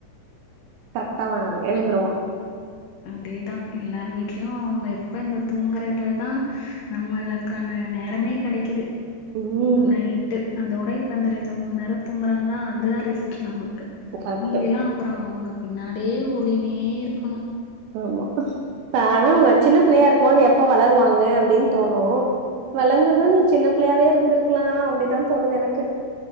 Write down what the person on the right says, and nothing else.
கரெக்டா அவ எழுந்துருவா
உ
கரெக்ட்
ஆமா ஆனா உங்க சின்னபுள்ளையா இருக்கும்போது எப்ப வளருவாங்க அப்டின் தோணு வளந்தது
நீ சின்ன புள்ளையாவே இருந்திருக்கலா அப்டிதா தோணுது எனக்கு